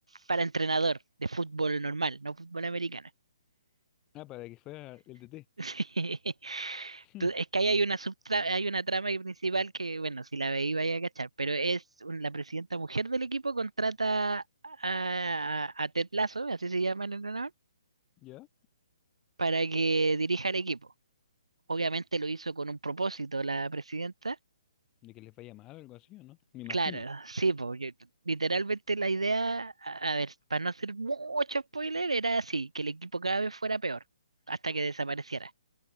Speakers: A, on the right; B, on the left.
A: para entrenador de fútbol normal, no fútbol americano.
B: Ah, para que fuera el DT.
A: <laughs> Sí.
B: <laughs>
A: Tú- Es que ahí hay una subtra- hay una trama ahí principal que, bueno, si la veí vaya a cachar, pero es un- la presidenta mujer del equipo contrata a, a, a Ted Lasso, así se llama el entrenador,
B: ¿Ya?
A: para que dirija el equipo. Obviamente lo hizo con un propósito la presidenta.
B: De que les vaya mal o algo así, ¿o no? Me imagino.
A: Claro, sí, porque literalmente la idea, a a ver, para no hacer mucho spoiler, era así, que el equipo cada vez fuera peor, hasta que desapareciera.